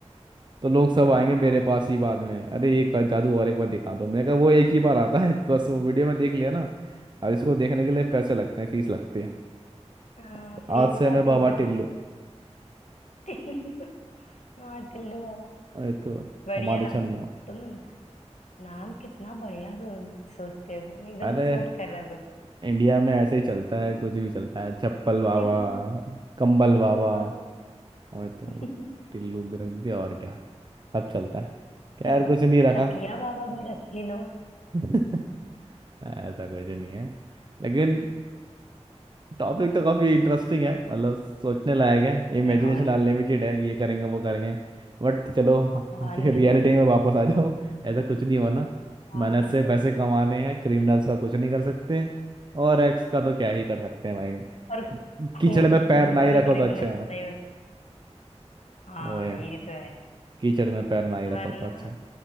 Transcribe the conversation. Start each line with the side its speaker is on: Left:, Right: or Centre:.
Right: तो लोग सब
Left: हाँ
Right: आएंगे मेरे पास ही बाद में अरे ये का- जादू और एक बार दिखा दो मैंने कहा वो एक ही बार आता है <laughs> बस वो वीडियो में देख लिया ना अब इसको देखने के लिए पैसे लगते हैं फीस लगती है
Left: था
Right: तो
Left: <laughs> फीसला
Right: आज से हमें
Left: और
Right: बाबा
Left: फिर दिखाई
Right: टिल्लू
Left: <laughs> टिल्लू हाँ टिल्लू बाबा
Right: ये तो
Left: बढ़िया
Right: हमारे
Left: ना
Right: क्षण में हो।
Left: तुम ना, नाम कितना बढ़िया सो, सोचते हो तुम एकदम
Right: अरे
Left: सूट कर रहा है तुम
Right: इंडिया में ऐसे ही चलता है कुछ भी चलता है चप्पल
Left: <laughs>
Right: बाबा
Left: टिल
Right: कंबल
Left: टिल्लू
Right: बाबा
Left: बाबा
Right: और तो
Left: <laughs>
Right: टिल्लू भी रख दिया और क्या सब चलता है खैर
Left: त-
Right: कुछ नहीं रखा
Left: तकिया बाबा भी रख ही लो
Right: <laughs> ऐसा कुछ नहीं है लेकिन टॉपिक तो काफी इंटरेस्टिंग है मतलब सोचने लायक है इमेजिनेशन
Left: या और नहीं
Right: अनलिमिटेड है ये करेंगे वो करेंगे बट चलो
Left: और
Right: आके
Left: नहीं
Right: रियलिटी
Left: तो
Right: में वापस आ जाओ ऐसा कुछ नहीं होना
Left: क्या
Right: मेहनत
Left: आ जाओ
Right: से पैसे कमाने हैं क्रिमिनल्स का कुछ नहीं कर सकते और एक्स का तो क्या ही कर सकते हैं भाई
Left: और खु-
Right: कीचड़ में पैर
Left: खुद
Right: ना
Left: को
Right: ही
Left: भी
Right: रखो
Left: क्रिमिनल
Right: तो अच्छा
Left: <laughs> नहीं बना हाँ
Right: ओए
Left: ये तो है
Right: कीचड़ में पैर ना ही रखो
Left: वरना
Right: तो अच्छा